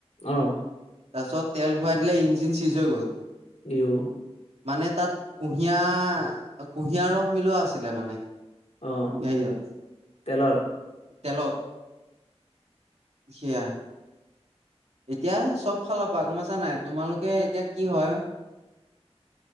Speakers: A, on the left; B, on the right.
A: অঁ।
B: তাৰপিছত তেল ভৰাই দিলে ইঞ্জিন চিজ হৈ গ'ল।
A: ইও।
B: মানে তাত কুঁহিয়াৰ কুঁহিয়াৰ ৰস মিলোৱা আছিলে মানে।
A: অহ
B: হেৰিয়ত
A: তেলত?
B: তেলত, সেয়া। এতিয়া চব ফালৰ পৰা গম পাইছা নাই তোমালোকে এতিয়া কি হয়